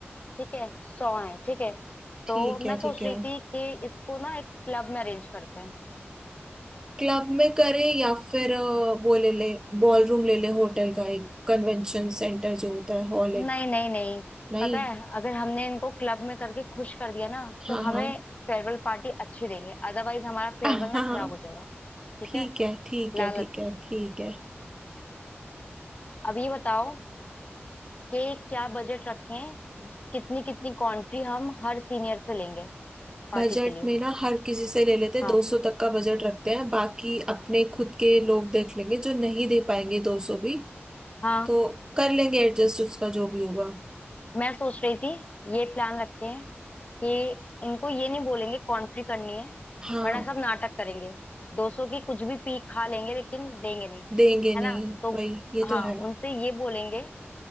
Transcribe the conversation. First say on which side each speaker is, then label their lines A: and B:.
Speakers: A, on the left; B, on the right.
A: ठीक है सौ है ठीक है
B: ठीक
A: तो
B: है
A: मैं सोच
B: ठीक है
A: रही थी कि इसको ना एक क्लब में अरेंज करते हैं
B: क्लब में करें या फिर अ, वो ले ले बॉल रूम ले ले होटल का एक कन्वेंशन सेंटर जो होता है हॉल एक
A: नहीं नहीं नहीं
B: नहीं
A: पता है अगर हमने इनको क्लब में करके खुश कर दिया ना तो
B: हाँ
A: हमें
B: हाँ
A: फेयरवेल पार्टी अच्छी देंगे अदरवाइज हमारा फेयरवेल
B: हाँ
A: ना
B: हाँ
A: खराब हो जाएगा ठीक
B: ठीक
A: है
B: है ठीक
A: लालच
B: है ठीक है ठीक है
A: अब ये बताओ कि क्या बजट रखें कितनी कितनी कंट्री हम हर सीनियर से लेंगे पार्टी
B: बजट
A: के लिए
B: में ना हर किसी से ले लेते
A: हाँ
B: दो सौ तक का बजट रखते हैं बाकी अपने खुद के लोग देख लेंगे जो नहीं दे पाएंगे दो सौ भी
A: हाँ
B: तो कर लेंगे एडजस्ट उसका जो भी होगा
A: मैं सोच रही थी ये प्लान रखें कि इनको ये नहीं बोलेंगे कॉन्ट्री करनी है
B: हाँ
A: वरना सब नाटक करेंगे दो सौ की कुछ भी पी खा लेंगे लेकिन देंगे नहीं
B: देंगे नहीं
A: है ना तो
B: वही ये
A: हाँ
B: तो है
A: उनसे ये बोलेंगे